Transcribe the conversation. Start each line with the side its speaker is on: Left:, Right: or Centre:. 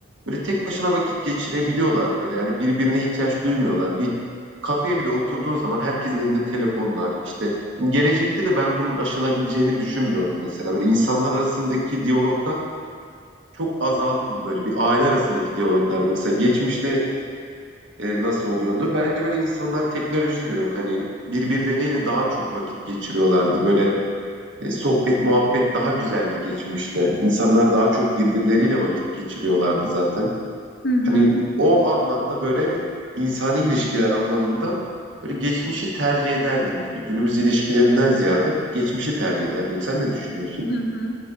Right: böyle tek başına vakit geçirebiliyorlar böyle. Yani birbirine ihtiyaç duymuyorlar. Bir kafeye bile oturduğun zaman herkesin elinde telefonlar. İşte hani gelecekte de ben bunun aşılabileceğini düşünmüyorum mesela. Böyle insanlar arasındaki diyaloglar çok azaldı gibi böyle bir aile arasındaki diyaloglarda mesela geçmişte e, nasıl oluyordu? Bence böyle insanlar teknoloji de yok. Hani birbirleriyle daha çok vakit geçiriyorlardı. Böyle e, sohbet muhabbet daha güzeldi geçmişte. İnsanlar daha çok birbirleriyle vakit geçiriyorlardı zaten.
Left: hı hı,
Right: Hani
Left: hı hı,
Right: o anlamda böyle insani ilişkiler anlamında böyle geçmişi tercih ederdim gibi. Günümüz ilişkilerinden ziyade geçmişi tercih ederdim. Sen ne düşünüyorsun?
Left: hı hı.